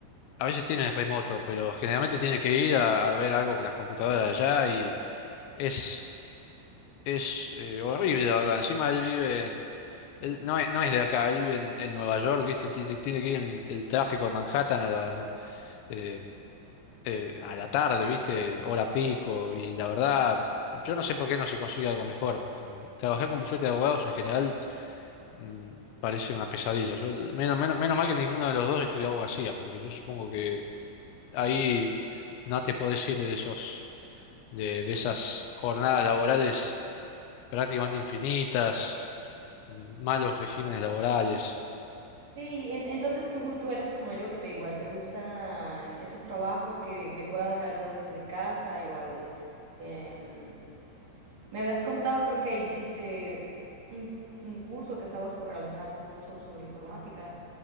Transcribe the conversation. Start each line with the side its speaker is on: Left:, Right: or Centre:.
Left: a veces tiene remoto, pero generalmente tiene que ir a, a ver algo con las computadoras allá y es Es eh, horrible, la verdad. Encima él vive, él no es, no es de acá, él vive en, en Nueva York, ¿viste? Tiene, tiene que ir en el tráfico de Manhattan a las, eh, eh, a la tarde, ¿viste? Hora pico. Y la verdad, yo no sé por qué no se consigue algo mejor. Eh, trabajar con bufete de abogados en general mm, parece una pesadilla. Yo- menos, menos, menos mal que ninguno de los dos estudió abogacía, porque yo supongo que ahí no te podés ir de esos, de, de esas jornadas laborales prácticamente infinitas malos regímenes laborales.
Right: Sí, en- entonces tú, tú eres como yo, que te igual te gustan estos trabajos que, que puedas realizar desde casa, igual. em, me habías contado, creo que hiciste un, un curso, que estabas por realizar cursos sobre informática.